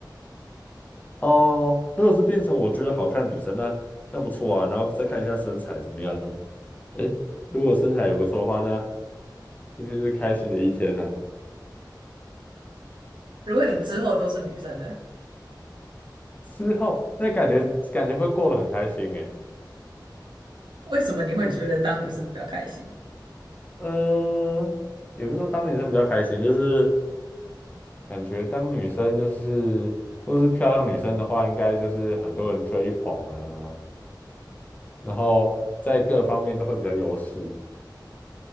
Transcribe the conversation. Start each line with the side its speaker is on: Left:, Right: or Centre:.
Left: 哦，如果是变成我觉得好看的女生，那那不错啊。然后再看一下身材怎么样。诶，如果身材也不错的话，那今天就是开心的一天了。
Right: 如果你之后都是女生呢，
Left: 之后那感觉感觉会过得很开心诶，
Right: 为什么你会觉得当女生比较开心？
Left: 不是，呃，也不是说当女生比较开心，就是感觉当女生就是如果是漂亮女生的话，应该就是很多人追捧啊，然后在各方面都会比较优势，